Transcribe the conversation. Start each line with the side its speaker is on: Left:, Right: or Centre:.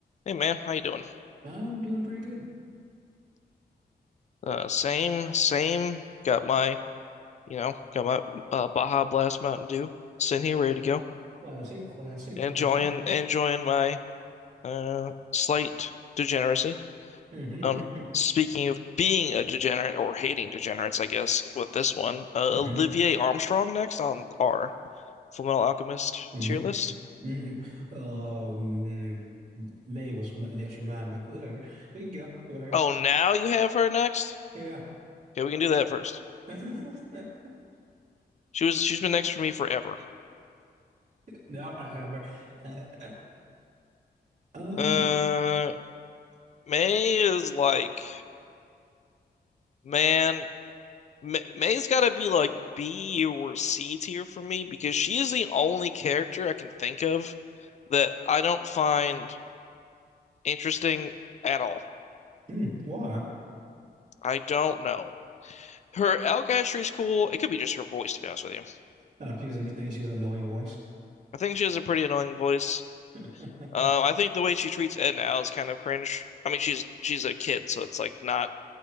Left: Hey man, how you doing?
Right: I'm doing pretty good.
Left: Uh, same, same. Got my, you know, got my uh, Baja Blast Mountain Dew sitting here ready to go.
Right: Classic, classic,
Left: Enjoying,
Right: classic.
Left: enjoying my uh slight degeneracy.
Right: <laughs>
Left: Um, speaking of being a degenerate or hating degenerates, I guess with this one, uh,
Right: Mm-hmm,
Left: Olivier Armstrong next on our Full Metal Alchemist
Right: mm-hmm,
Left: tier list.
Right: mm-hmm. Well, uh, mm, May was my next for mine, but whatever. We can go with her.
Left: Oh, now you have her next?
Right: Yeah.
Left: Okay, we can do that first.
Right: <laughs>
Left: She was, she's been next for me forever.
Right: Now I have her. Uh, um,
Left: Uh, May is like. Man, May, May's got to be like B or C tier for me because she is the only character I can think of that I don't find interesting at all.
Right: mm, why?
Left: I don't know. Her Alcatraz is cool. It could be just her voice, to be honest with you.
Right: Oh, she's, you think she has an annoying voice?
Left: I think she has a pretty annoying voice.
Right: <laughs>
Left: Uh,
Right: hmm
Left: I think the way she treats Ed and Al is kind of cringe. I mean, she's she's a kid, so it's like not